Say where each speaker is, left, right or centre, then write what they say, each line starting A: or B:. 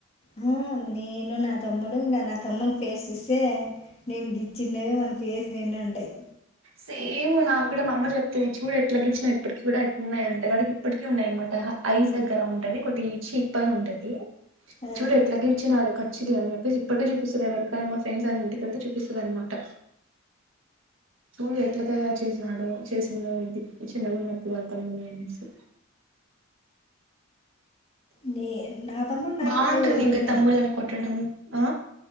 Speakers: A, on the left; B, on the right.
A: హ నేను నా తమ్ముడు ఇంకా నా తమ్ముని ఫేస్ ఇస్తే నేను గిచ్చినవి వాని ఫేస్ నేనే ఉండయి
B: సేమ్ నాకు కూడా మా అమ్మ చెప్తేంది చూడు ఎట్లా గిచ్చినావు ఇప్పటికిీ కూడా ఎట్లున్నాయి అంటే వాడికి ఇప్పటికిీ ఉన్నాయి అనమాట ఐస్ దగ్గర ఉంటది ఒకటి ఈ చీక్ పైన ఉంటది
A: ఆ
B: చూడు ఎట్లా గిచ్చినవ్ మచ్చిది అని చెప్పేసి ఇప్పటికే చూపిస్తుంది ఎవరికైనా మా ఫ్రెండ్స్ అన్ని ఇంటికిళ్తే చూపిస్తుంది అన్నమాట చూడు ఎట్లా తయారు చేసినాడు చేసిందో చిన్నగా ఉన్నప్పుడు వల్ల తమ్ముడిని అనేసి
A: నే నా తమ్ముడు నాకు
B: బాగుంటుంది
A: అట్లే
B: ఇంకా
A: పెట్టినాడు
B: తమ్ముళ్ళని కొట్టడం ఆ